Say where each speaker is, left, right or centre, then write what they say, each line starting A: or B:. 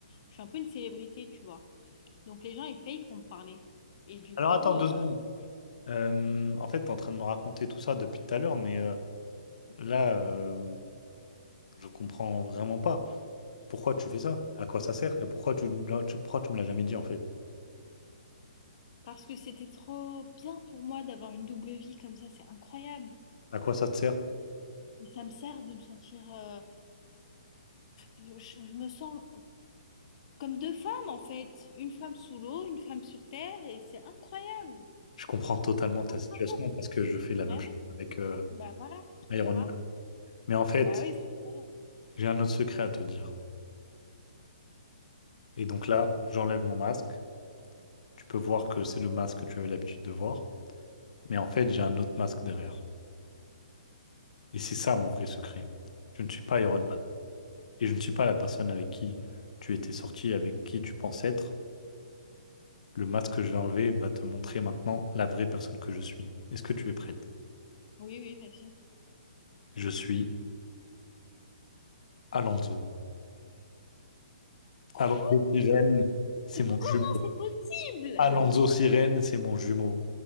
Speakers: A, on the left; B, on the left.
A: Je suis un peu une célébrité, tu vois. Donc les gens, ils payent pour me parler. Et du
B: Alors
A: coup,
B: attends deux
A: euh,
B: secondes. Euh, en fait, tu es en train de me raconter tout ça depuis tout à l'heure, mais euh, là, euh, je comprends vraiment pas. Pourquoi tu fais ça? À quoi ça sert? Et pourquoi tu, tu, pourquoi tu me l'as jamais dit en fait?
A: Parce que c'était trop bien pour moi d'avoir une double vie comme ça, c'est incroyable.
B: À quoi ça te sert?
A: Et ça me sert de me sentir... euh, je, je- je me sens comme deux femmes en fait. Une femme sous l'eau, une femme sur terre, et c'est incroyable.
B: Je comprends totalement ta
A: Incroyable.
B: situation parce que je fais la
A: Bah
B: même chose
A: oui,
B: avec euh,
A: bah voilà,
B: Iron
A: tu vois.
B: Man. Mais en fait,
A: Bah oui, c'est incroyable.
B: j'ai un autre secret à te dire. Et donc là, j'enlève mon masque, tu peux voir que c'est le masque que tu avais l'habitude de voir, mais en fait, j'ai un autre masque derrière. Et c'est ça mon vrai secret. Je ne suis pas Iron
A: C'est quoi?
B: Man. Et je ne suis pas la personne avec qui tu étais sorti, avec qui tu penses être. Le masque que je vais enlever va te montrer maintenant la vraie personne que je suis. Est-ce que tu es prête?
A: Oui, oui, bien sûr.
B: Je suis Alonso.
A: Quoi?
B: Alonso Sirène, c'est
A: Comment
B: mon jumeau.
A: c'est possible?
B: Alonso Sirène, c'est mon jumeau.